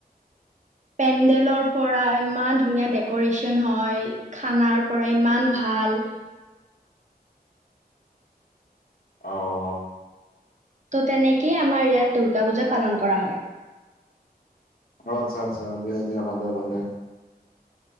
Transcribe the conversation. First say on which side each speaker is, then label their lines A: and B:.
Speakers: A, on the right (about 45°); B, on the left (about 60°).
A: পেণ্ডেলৰ পৰা ইমান ধুনীয়া ডেকৰেচন হয়। খানাৰ পৰা ইমান ভাল
B: অ'
A: ত' তেনেকেই আমাৰ ইয়াত দুূৰ্গা পূজা পালন কৰা হয়
B: আচ্ছা-আচ্ছা দিয়া-দিয়া ভালে-ভালে